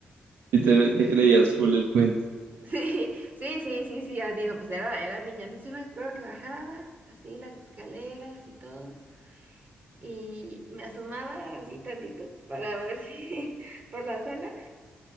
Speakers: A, on the right; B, on the right.
A: Y te, te creías full el cuento.
B: Sí, sí, sí, sí, sí, ah, digo, pues era, era niña, ¿no? Sí me acuerdo que bajaba así las escaleras y todo. y me asomaba así tantito para ver <laughs> si por la sala